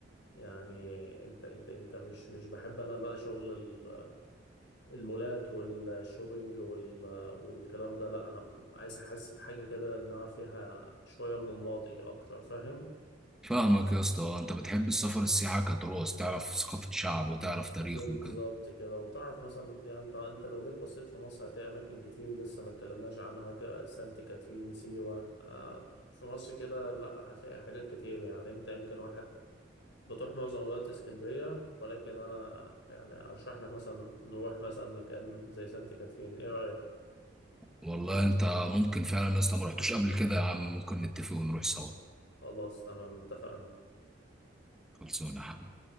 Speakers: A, on the left; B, in the centre.
A: يعني انت انت انت مش مش بحب انا بقى شغل ال- المولات والشوبينج وال والكلام ده لا انا عايز احس بحاجه كده انها فيها شويه من الماضي اكتر فاهم
B: فاهمك يا اسطى آه، انت بتحب السفر السياحه كتراث تعرف ثقافه شعب وتعرف تاريخه
A: بالظبط
B: وكده
A: كده وتعرف مثلا يعني انت انت لو جيت بصيت في مصر هتلاقي اماكن كتير لسه ما اتكلمناش عنها جا- سانت كاترين سيوة آه في مصر كده لا هتلاقي حاجات كتير يعني انت يمكن واحد بتروح معظم الوقت اسكندرية ولكن انا يعني ارشح لك مثلا نروح مثلا مكان زي سانت كاترين ايه رأيك
B: والله انت ممكن فعلا يا اسطى ما رحتوش قبل كده يا عم ممكن نتفق ونروح سوا
A: خلاص تمام اتفقنا
B: خلصونا يا حبيبي